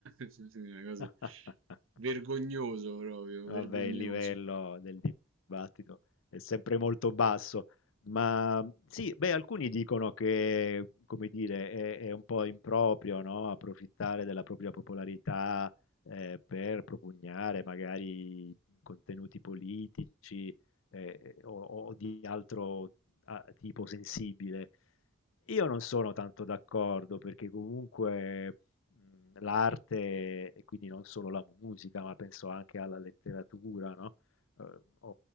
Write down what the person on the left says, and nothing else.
<laughs>
Vabbè,
il livello del dibattito è sempre molto basso, ma sì, beh, alcuni dicono che, come dire, è, è un po' improprio, no? Approfittare della propria popolarità eh, per propugnare magari contenuti politici eh, o, o di altro ah, tipo sensibile. Io non sono tanto d'accordo perché comunque mhmm, l'arte e quindi non solo la musica, ma penso anche alla letteratura, no, uhm, o